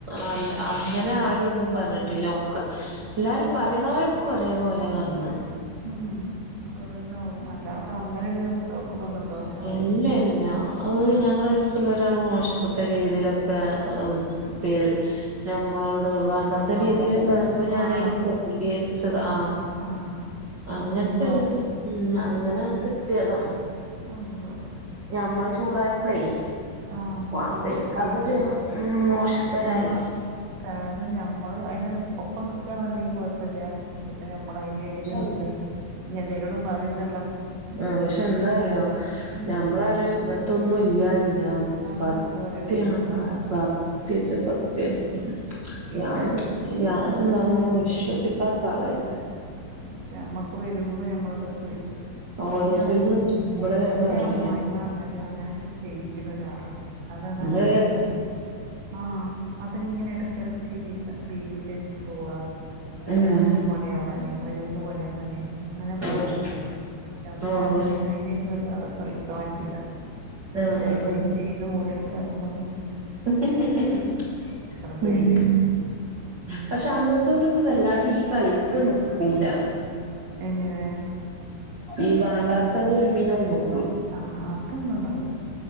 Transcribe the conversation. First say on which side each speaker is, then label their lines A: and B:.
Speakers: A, on the right (about 55°); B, on the right (about 80°).
A: അ അങ്ങനെ ആരും ഒന്നും പറഞ്ഞിട്ടില്ല ഒക്കെ എല്ലാരും പറയണവരൊക്കെ ഒരേ പോലെ പറഞ്ഞ
B: ഉം അപ്പൊ അത്ണ്ടാവും അല്ല അപ്പൊ അങ്ങനെ ഒരുസൗഹ്യദം ഉണ്ടാവുല്ലല്ലോ
A: അല്ലല്ല ഓ ഞങ്ങളടുത്തുള്ളരാള് മോശപ്പെട്ട രീതിയിലൊക്കെ പേര് നമ്മളോട് വേണ്ടാത്ത
B: ആണോ
A: രീതിയിൽ ഇതായപ്പോ ഞാനയിന്
B: ആണോ
A: പ്രതികരിച്ചത് ആഹ്
B: ആഹ്
A: അങ്ങനത്തെ
B: അങ്ങനെണ്ടാവും
A: ഈ ഉ അങ്ങനെ കെട്ടിയതാണ്
B: അള്ളോഹ്
A: ഞമ്മൾ ചൂടായപ്ലെ
B: ആഹ്
A: അവര്ക്കതൊരു
B: ഓൽക്ക് പറ്റീല
A: ഉം മോശത്തെരായി
B: ഞമ്മ കാരണം ഞമ്മള് അയിന് നി ഒപ്പം നിക്കാന്ന്ണ്ടെങ്കി കൊഴപ്പല്ല ഇതിപ്പോ ഞമ്മളയിനു എതിര്
A: പക്ഷെ എന്ത്
B: നിന്ന് ഞ്ഞി എല്ലരോടും പറിം ന്ന്ള്ളെ
A: ആഹ് പക്ഷെ എന്താറിയോ
B: ഉം
A: ഞമ്മളറിം ഇങ്ങനത്തൊന്നും ഇല്യ ഇല്യാന്ന്
B: ആക്ക്
A: സത്യാണ്
B: വെറുതെ പറയണേ
A: മോളെ സത്യച്ച സത്യണ്
B: ഇല്ല
A: ഞാനും ഞാനും ന്നാന്നും വിശ്വസിക്കാത്ത ആളയിന്
B: ക്ഷെ മ്മക്ക് വരുമ്പം ഞമ്മളതൊക്കെ വിശ്വസി
A: ഓരോരുത്തർക്ക്
B: ഇന്റെഅം
A: വരുമ്പളേ അതറിയുള്ളൂ
B: ന്റെ അമ്മായിമ്മ റഞ്ഞാല് അങ്ങനെക്കെ ചെ ചെയ്യണ ഒരാളാണ് അതാണ്
A: നമ്മള്
B: അയിനോട് അമ് ആഹ് അത്ങ്ങനെ എടക്കെട്ക്ക്‌ ബീത ബീവിന്റെടുത്ത് പോവാ
A: ഉം
B: മോൻക്ക് പണിയാവാന് മരോക്ക് പണിയാവാന് അങ്ങനെ പോണ്
A: ആഹ്
B: <unintelligible> ചപ്പോ
A: ആഹ്
B: <unintelligible> വല്ലാതെ കളിക്കാൻ പറ്റൂല
A: ആഹ്
B: എന്തേ
A: ആഹ്
B: ചെയ്ത് മൂലത്തിലാക്കന്ന്
A: <unintelligible> <unintelligible>
B: പേടി
A: ഉം പക്ഷെ അങ്ങനത്തോരൊന്നും വല്ലാതെ ഈ കളിക്ക് നിക്കൂല
B: എങ്ങനെ
A: ഈ വണ്ടാത്ത ളുൽമിനൊന്നും
B: ആഹ് അതൊന്നും ഉണ്ടാവൂല